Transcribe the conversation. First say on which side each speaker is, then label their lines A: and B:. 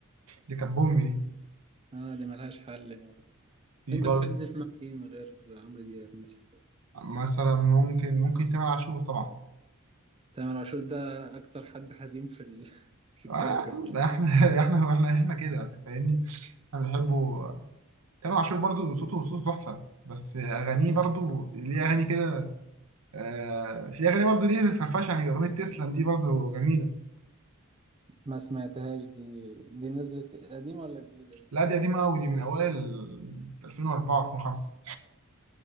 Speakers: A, on the right; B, on the right.
A: دي كانت بوم دي
B: اه دي ملهاش حل برضه
A: دي
B: انت
A: برضه
B: بتحب تسمع مين غير عمرو دياب مثلا
A: مثلا ممكن ممكن تامر عاشور طبعا
B: تامر عاشور ده اكتر حد حزين في ال... <laughs> في الكوكب
A: آه، ده احنا <laughs> احنا احنا احنا كده انت فاهمني احنا بنحبه تامر عاشور برضه صوته صوته تحفه بس اغانيه برضه ليه اغاني كده آه في اغاني برضه ليه فرفشه يعني اغنيه تسلم دي برضه جميله
B: ما سمعتهاش دي دي نزلت قديمة ولا جديدة دي
A: لا دي قديمة أوي دي من أوائل 2004 2005